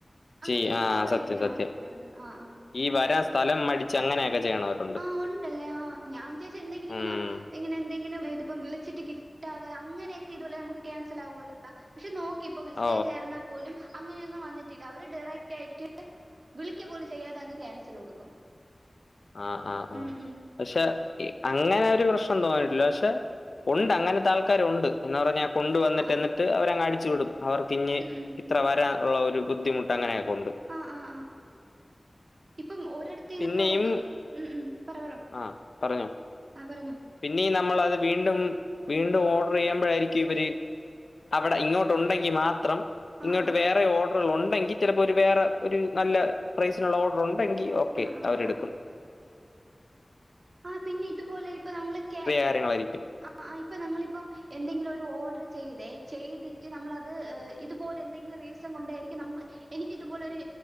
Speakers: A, on the left; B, on the right.
A: ചെയ്യ
B: അങ്ങനെയും
A: ആ
B: കൊറെ
A: സത്യം
B: ഇങ്ങനെ
A: സത്യം
B: വന്നിട്ടുണ്ട് ആഹ് ആഹ്
A: ഈ വരാൻ സ്ഥലം മടിച്ച് അങ്ങനെയൊക്കെ ചെയ്യണ വര്
B: ആഹ് ഒണ്ടല്ലെ ആ ഞാൻ വിജാരിച്ച് എന്തെങ്കിലും ഇങ്ങന
A: ഉം
B: ഇങ്ങനെ എന്തെങ്കിലും ഇതിപ്പം വിളിച്ചിട്ട് കി ട്ടാതെ അങ്ങനെയൊക്കെ ഇതുപോലെ നമുക്ക് ക്യാൻസൽ ആകുവല്ല പക്ഷെ നോക്കി ഇപ്പൊ മെസ്സേജ്
A: ഓ!
B: ആയിരുന്ന പോലും അങ്ങനെയൊന്നും വന്നിട്ടില്ല അവര് ഡയറക്റ്റ് ആയിട്ട് വിളിക്ക പോലും ചെയ്യാതെ അങ്ങ് ക്യാൻസൽ കൊടുക്കും
A: ആഹ് ആഹ്
B: ഉം
A: ആഹ്
B: ഉം
A: പക്ഷെ അങ്ങനെ ഒരു പ്രശ്നം തോന്നിയിട്ടില്ല പക്ഷെ ഉണ്ട് അങ്ങനത്തെ ആൾക്കാരു ഉണ്ട് എന്ന് പറഞ്ഞാൽ കൊണ്ട വന്നിട്ട്
B: ആഹ്
A: എന്നിട്ട് അവരങ്ങടിച്ചു വിടും അവർ പിന്നെ
B: ഉം ഉം
A: ഇത്ര വരാൻ ഉള്ള ഒരു ബുദ്ധിമുട്ട അങ്ങനെയൊക്കെ ഉണ്ട്
B: ആഹ് ആഹ് ആഹ് ഇപ്പം ഒരിടത്ത്ന്ന്
A: പിന്നെയും
B: പറയുമ്പൊ ഉം ഉം പറ പറ
A: ആഹ് പറഞ്ഞോ
B: ആഹ് പറഞ്ഞൊ
A: പിന്നീം നമ്മൾ അത് വീണ്ടും വീണ്ടും ഓർഡർ ചെയ്യുമ്പോഴായിരിക്കും ഇവര് അവിടെ ഇങ്ങോട്ട് ഉണ്ടെങ്കി മാത്രം
B: ആഹ്
A: ഇങ്ങോട്ട് വേറെ ഓർഡറുകള് ഉണ്ടെങ്കിൽ ചെലെപ്പൊ ഒരു വേറെ ഒരു നല്ല പ്രൈസിനുള്ള ഓർഡർ ഉണ്ടെങ്കി
B: ആഹ്
A: ഓക്കെ
B: ആഹ്
A: അവര്
B: ആഹ് ആഹ്
A: എടുക്കും
B: ആ പിന്നെ ഇതുപോലെ ഇപ്പൊ നമ്മളെ കേ
A: കാര്യങ്ങളായിരിക്കും
B: ആഹ് ആഹ് ഇപ്പ നമ്മളിപ്പം എന്തെങ്കിലും ഒരു ഓർഡർ ചെയ്തെ ചെയ്തിട്ട് നമ്മളത് അത് ഇതുപോലെ എന്തെങ്കിലും റീ സൻ കൊണ്ടായിരിക്കും നമ്മക്ക് എനിക്ക് ഇതുപോലെ ഒരു